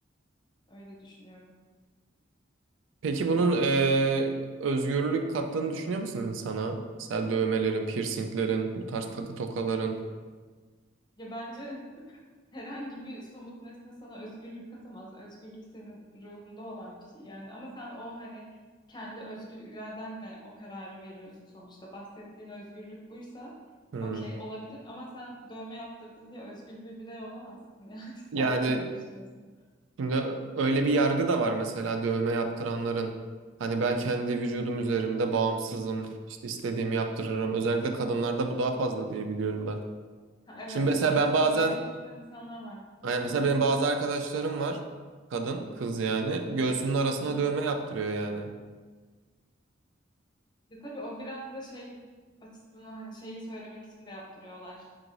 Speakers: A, on the left (about 25°); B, on the right (about 80°).
A: Öyle düşünüyorum.
B: Peki bunun eee, özgürlük kattığını düşünüyor musun insana? Mesela dövmelerin, piercinglerin, bu tarz takı tokaların.
A: Ya bence <laughs> herhangi bir somut nesne sana özgürlük katamaz. Özgürlük senin ruhunda olan bir şey yani. Ama sen o hani kendi özgür iradenle o kararı veriyorsun sonuçta. Bahsettiğin özgürlük buysa
B: Hmm.
A: okey olabilir ama sen dövme yaptırdın diye özgür bir birey olamazsın. <laughs> Yani sen
B: Yani
A: öyle mi düşünüyorsun?
B: şimdi öyle bir yargı da var mesela dövme yaptıranların. Hani ben kendi vücudum üzerinde bağımsızım, işte istediğimi yaptırırım. Özellikle kadınlarda bu daha fazla diye biliyorum ben.
A: Ha, evet.
B: Şimdi mesela
A: Ya
B: ben
A: tabii
B: bazen,
A: öyle düşünen insanlar var.
B: yani mesela
A: Hı.
B: benim bazı arkadaşlarım var, kadın, kız yani, göğsünün arasına
A: Hı
B: dövme yaptırıyor yani.
A: Ya tabii o biraz da şey açısından hani şeyi söylemek için de yaptırıyorlar.